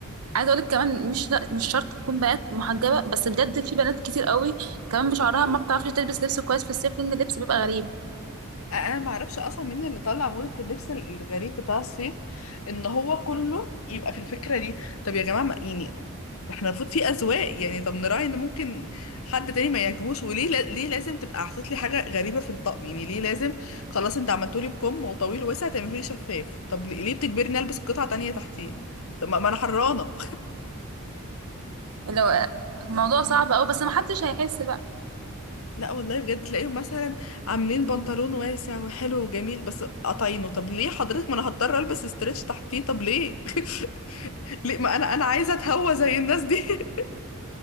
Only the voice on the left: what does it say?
انا ما اعرفش اصلا مين اللي طلع موضة اللبس الغريب بتاع الصيف ان هو كله يبقى في الفكرة دي طب يا جماعة ما يعني احنا المفروض في اذواق يعني طب نراعي ان ممكن حد تاني ما يعجبوش وليه لا- ليه لازم تبقى حاطط لي حاجة غريبة في الطقم يعني ليه لازم خلاص انت عملتولي بكم وطويل ووسع تعملولي شفاف طب ليه ليه بتجبرني البس قطعة تانية تحتيه طب ما ما انا حرانة
لا والله بجد تلاقيهم مثلا عاملين بنطلون واسع وحلو وجميل بس قطعينه طب ليه حضرتك ما انا هضطر البس استريتش تحتيه طب ليه <laughs> ليه ما انا انا عايزه اتهوى زي الناس دي <laughs>